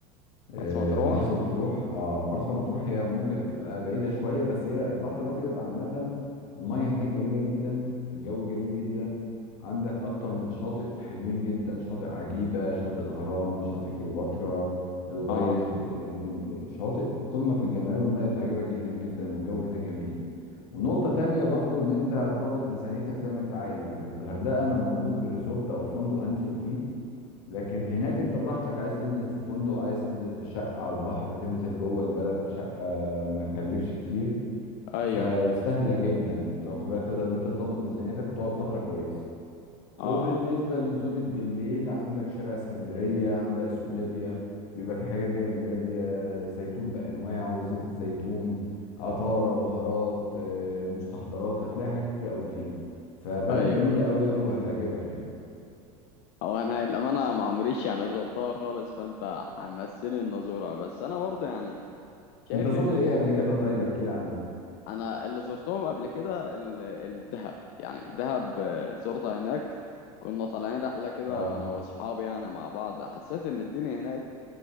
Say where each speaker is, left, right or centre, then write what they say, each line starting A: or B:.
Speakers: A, on the left (about 70°); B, on the left (about 55°).
A: آه،
B: مرسى مطروح
A: مرسى مطروح اه مرسى مطروح هي ممكن تبقى بعيده شويه بس هي البحر الابيض عامه الميه هناك جميله جدا الجو جميل جدا عندك اكتر من شاطئ حلوين جدا شاطئ عجيبه شاطئ الغرام شاطئ كليوباترا الابيض
B: اه
A: يعني شواطئ قمه في الجمال والميه تعجبك جدا جدا والجو هناك جميل ونقطة تانية برضو ان انت هتظبط ميزانيتك زي ما انت عايز يعني الغردقة انا مربوط بالريزورت او فندق هنزل فيه لكن هناك انت براحتك عايز تنزل في فندق عايز تنزل في شقة على البحر تنزل جوه البلد في شقة ما تكلفش كتير
B: ايوه
A: فسهلة جدا انت واخد بالك تقدر ان انت تظبط ميزانيتك وتقعد فترة كويسة
B: اه
A: وبالنسبة
B: اه
A: لنزولة بالليل عندك شارع اسكندرية عندك سوق ليبيا بيبقى في حاجات جاية من ليبيا زيتون بأنواعه وزيت الزيتون عطارة بهارات آه، مستحضرات هتلاقي حاجات كتير قوي فيه فبلد
B: ايوه
A: جميلة
B: ايوه
A: قوي قوي وهتعجبك يعني
B: هو انا الامانه ما عمريش يعني زرتها خالص فانت حمسني ان ازورها بس انا برضه يعني شايف
A: انت زرت
B: ان
A: ايه قبل كده طيب احكي لي عنه
B: انا اللي زرتهم قبل كده ال- الدهب يعني دهب آه، زرتها هناك كنا طالعين رحله كده
A: اه
B: انا واصحابي يعني مع بعض حسيت ان الدنيا هناك